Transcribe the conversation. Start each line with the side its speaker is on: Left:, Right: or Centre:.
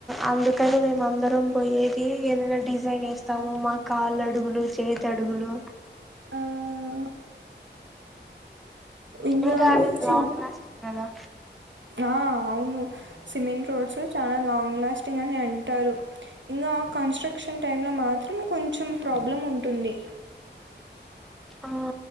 Centre: అందుకని మేము అందరం పోయేది ఏదైనా డిజైన్ వేస్తాము మా కాళ్ళు అడుగులు చేతడుగులు
Right: ఆ ఇంగా
Centre: ఇంకా అన్ని
Right: సిమ్
Centre: లాంగ్ లాస్టింగ్ కదా
Right: ఆ అవును సిమెంట్ రోడ్స్ చానా లాంగ్ లాస్టింగ్ అని అంటారు ఇంకా కన్స్ట్రక్షన్ టైం లో మాత్రం కొంచెం ప్రాబ్లం ఉంటుంది
Centre: ఆ